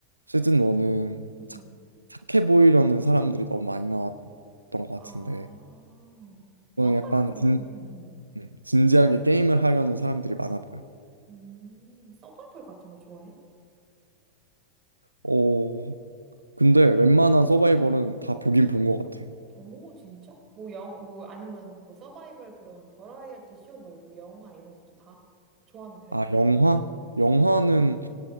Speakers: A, on the right; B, on the right.
A: 시즌 1은
B: 음,
A: 착,
B: 음.
A: 착해 보이려는 사람들이 너무 많이 나왔던 것 같은데,
B: 아, 서바이벌이,
A: 이거는 약간 진,
B: 음, 음,
A: 음, 진지하게 게임을 하려는 사람들이 많아 보여.
B: 음. 음, 서바이벌 같은 거 좋아해?
A: 오, 근데 웬만한 서바이벌은 다 보긴 본 것 같아.
B: 오, 진짜? 뭐 영, 뭐 아니면 뭐 서바이벌 그런 버라이어티 쇼 말고 영화 이런 것도 다 좋아하는 편이야?
A: 아, 영화? 영화는
B: 응.